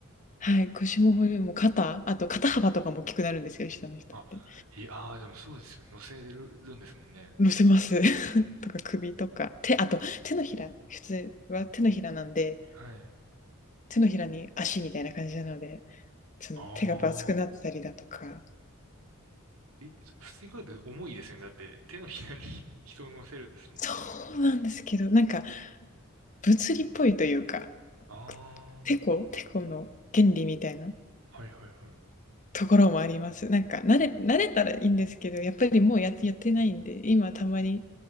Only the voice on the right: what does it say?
あ。あ、いい、あーでもそうですよね。乗せるんですもんね。
はい。
ああ。え、普通に考えて重いですよね。だって手のひらに <laughs> 人を乗せるんですもんね。
ああ。
はいはいはい。う